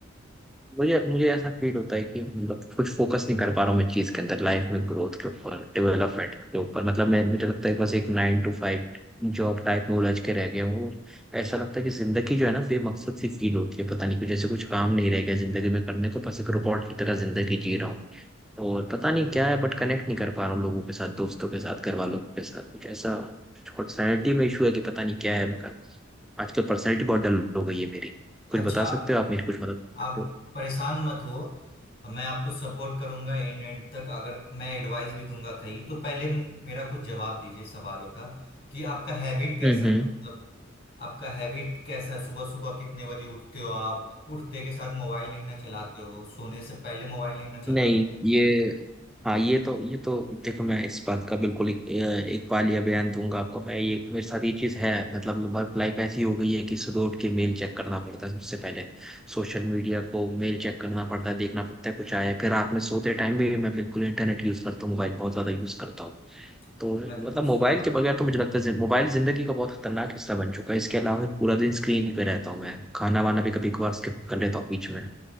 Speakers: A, in the centre; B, on the left.
A: मुझे मुझे ऐसा फील होता है कि मतलब कुछ फोकस नहीं कर पा रहा हूँ मैं चीज के अंदर लाइफ में ग्रोथ के ऊपर डेवलपमेंट के ऊपर मतलब मैं मुझे लगता है कि बस एक नाइन टू फाइव जॉब टाइप में उलझ के रह गया हूँ ऐसा लगता है कि जिंदगी जो है ना बेमकसद सी फील होती है पता नहीं कुछ जैसे कुछ काम नहीं रह गया जिंदगी में करने को बस एक रोबोट की तरह जिंदगी जी रहा हूँ और पता नहीं क्या है बट कनेक्ट नहीं कर पा रहा हूँ लोगों के साथ दोस्तों के साथ घर वालों के साथ कुछ ऐसा पर्सनैलिटी में इशू है कि पता नहीं क्या है मैं कर आजकल पर्सनैलिटी बहुत डल हो गई है मेरी कुछ
B: अच्छा
A: बता सकते हो आप मेरी कुछ मदद कर
B: आप
A: सकते हो
B: परेशान मत हो मैं आपको सपोर्ट करूंगा एंड एंड तक अगर मैं एडवाइस भी दूंगा कहीं तो पहले म- मेरा कुछ जवाब दीजिए सवालों का कि आपका हैबिट कैसा
A: हम्म
B: है मतलब आपका हैबिट कैसा है सुबह सुबह कितने बजे उठते हो आप उठते के साथ मोबाइल नहीं ना चलाते हो सोने से पहले मोबाइल नहीं ना चलाते
A: नहीं ये हाँ ये तो ये तो देखो मैं इस बात का बिल्कुल एक, एक वालिया बयान दूंगा आपको मैं ये मेरे साथ ये चीज है मतलब वर्क लाइफ ऐसी हो गई है कि सुबह उठ के मेल चेक करना पड़ता है सबसे पहले सोशल मीडिया को मेल चेक करना पड़ता है देखना पड़ता है कुछ आया है। फिर रात में सोते टाइम भी मैं बिल्कुल इंटरनेट यूज करता हूँ मोबाइल बहुत ज्यादा यूज करता हूँ
B: हो
A: तो
B: अच्छा
A: मतलब मोबाइल के बगैर तो मुझे लगता है जिन- मोबाइल जिंदगी का बहुत खतरनाक हिस्सा बन चुका है इसके अलावा पूरा दिन स्क्रीन पे रहता हूँ मैं खाना वाना भी कभी कभार स्किप कर लेता हूँ बीच में